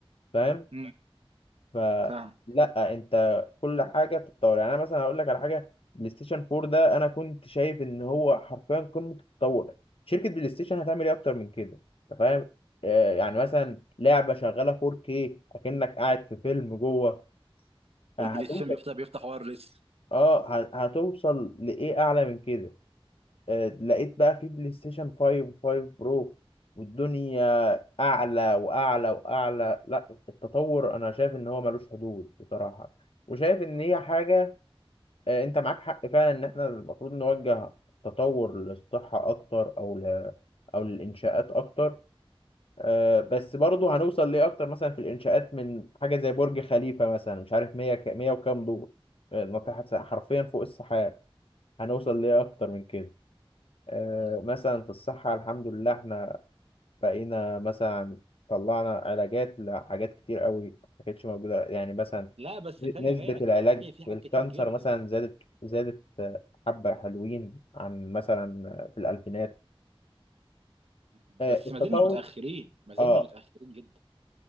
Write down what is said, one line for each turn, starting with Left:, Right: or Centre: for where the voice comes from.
Left: فاهم
Right: امم
Left: فلا
Right: فاهم
Left: انت كل حاجه بتتطور يعني انا مثلا هقول لك على حاجه بلاي ستيشن 4 ده انا كنت شايف ان هو حرفيا قمه التطور شركه بلاي ستيشن هتعمل ايه اكتر من كده انت فاهم آه يعني مثلا لعبه شغاله 4K اكنك قاعد في فيلم جوه هتوصل
Right: والبلاي ستيشن بيفتح بيفتح وايرلس
Left: اه ه- هتوصل لايه اعلى من كده آه، لقيت بقى في بلاي ستيشن 5 5 برو والدنيا اعلى واعلى واعلى لا التطور انا شايف ان هو ملوش حدود بصراحه وشايف ان هي حاجه آه، انت معاك حق فعلا ان احنا المفروض نوجه التطور للصحه اكتر او ل... او للانشاءات اكتر آه، بس برضه هنوصل ليه اكتر مثلا في الانشاءات من حاجه زي برج خليفه مثلا مش عارف 100 ك... 100 وكام دور آه، ناطحه حرفيا فوق السحاب هنوصل ليه اكتر من كده آه،
Right: مم.
Left: مثلا في الصحة الحمد لله احنا بقينا مثلا طلعنا علاجات لحاجات كتير قوي ما كانتش موجودة يعني مثلا
Right: لا بس خلي
Left: نسبة
Right: بالك
Left: العلاج
Right: يعني في
Left: في
Right: حاجات
Left: الكانسر
Right: كتير جدا
Left: مثلا زادت زادت آه، حبة حلوين عن مثلا آه، في الألفينات
Right: مم.
Left: آه،
Right: بس
Left: التطور
Right: ما زلنا متاخرين ما زلنا
Left: اه
Right: متاخرين جدا